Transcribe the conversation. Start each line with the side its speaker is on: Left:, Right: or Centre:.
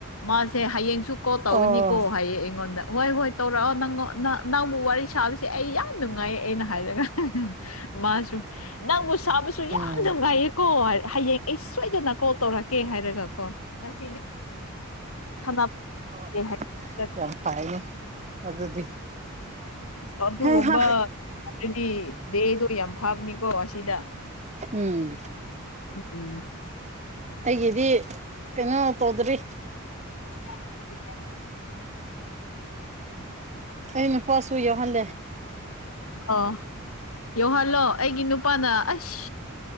Left: ꯃꯥꯁꯦ ꯍꯌꯦꯡꯁꯨ ꯀꯣ ꯇꯧꯤꯅꯤꯀꯣ
Right: ꯑꯣ
Left: ꯍꯌꯦꯡ ꯑꯩꯉꯣꯟꯗ ꯍꯣꯏ ꯍꯣꯏ ꯇꯧꯔꯛꯑꯣ ꯅꯪ ꯅꯪꯕꯨ ꯋꯥꯔꯤ ꯁꯥꯕꯁꯦ ꯑꯩ ꯌꯥꯝ ꯅꯨꯡꯉꯥꯏꯌꯦ ꯑꯩꯅ ꯍꯥꯏꯔꯒ ꯃꯥꯁꯨ ꯅꯪꯕꯨ ꯁꯥꯕꯁꯨ
Right: ꯎꯝ
Left: ꯌꯥꯝ ꯌꯥꯝ ꯉꯥꯏꯌꯦꯀꯣ ꯍꯌꯦꯡ ꯑꯩ ꯁꯣꯏꯗꯅ ꯀꯣꯜ ꯇꯧꯔꯛꯀꯦ ꯍꯥꯏꯔꯒ ꯀꯣ ꯉꯁꯤꯗꯤ ꯁꯥꯟꯅꯒꯦ
Right: ꯑꯣ
Left: ꯍꯥꯏ ꯑꯁ
Right: ꯌꯥꯝ ꯄꯥꯏꯌꯦ ꯑꯗꯨꯗꯤ
Left: ꯑꯁ ꯑꯗꯨꯒꯨꯝꯕ
Right: ꯍꯩꯍꯥ
Left: ꯑꯗꯨꯗꯤ ꯗꯦꯗꯣ ꯌꯥꯝ ꯐꯥꯕꯅꯤꯀꯣ ꯑꯁꯤꯗ
Right: ꯎꯝ
Left: ꯎꯝ ꯎꯝ
Right: ꯑꯩꯒꯤꯗꯤ ꯀꯩꯅꯣ ꯇꯧꯗ꯭ꯔꯤ
Left: <unintelligible>
Right: ꯑꯩꯅ ꯄꯁꯨꯎ ꯍꯜꯂꯦ
Left: ꯑꯣ ꯌꯧꯍꯜꯂꯣ ꯑꯩꯒꯤ ꯅꯨꯄꯥꯅ ꯑꯁ